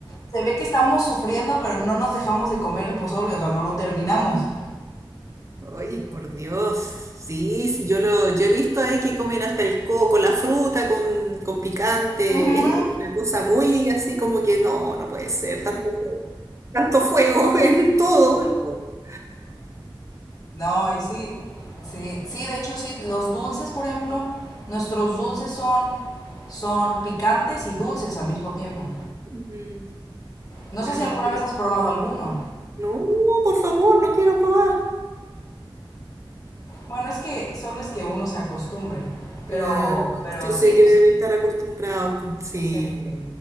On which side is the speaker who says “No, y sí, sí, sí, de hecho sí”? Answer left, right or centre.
Left